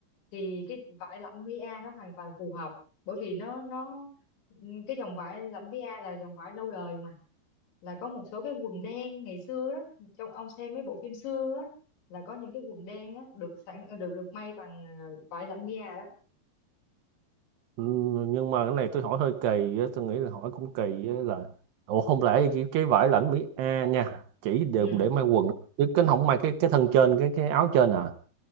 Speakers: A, on the left; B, on the right.
A: thì cái vải lẫm Mỹ a nó hoàn toàn phù hợp bởi vì nó nó ừ, cái dòng vải lẫm Mỹ a là dòng vải lâu đời mà là có một số cái quần đen ngày xưa đó trong ông xem mấy bộ phim xưa á là có những cái quần đen á được sẵn được được may bằng à, vải lạnh a đó
B: ừ, nhưng mà cái này tôi hỏi hơi kỳ á, tôi nghĩ là hỏi cũng kỳ á là ủa không lẽ cái, cái vải lãnh Mỹ A nha chỉ được
A: ừ
B: để may quần chứ cái không may cái cái thân trên cái cái áo trên à